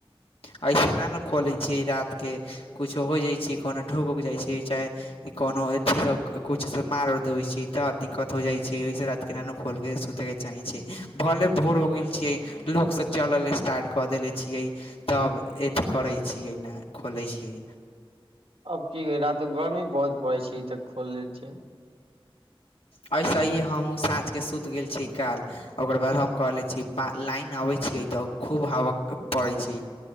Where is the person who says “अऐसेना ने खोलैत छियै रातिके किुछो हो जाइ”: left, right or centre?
Left